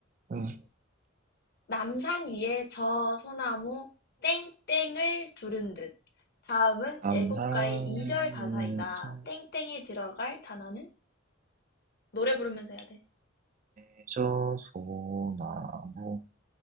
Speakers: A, on the right (about 40°); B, on the left (about 50°).
A: 응.
B: 남산 위에 저 소나무 땡땡을 두른 듯. 다음은
A: 감상예저
B: 애국가의 2절 가사이다. 땡땡에 들어갈 단어는? 노래 부르면서 해야 돼.
A: 예저 소나무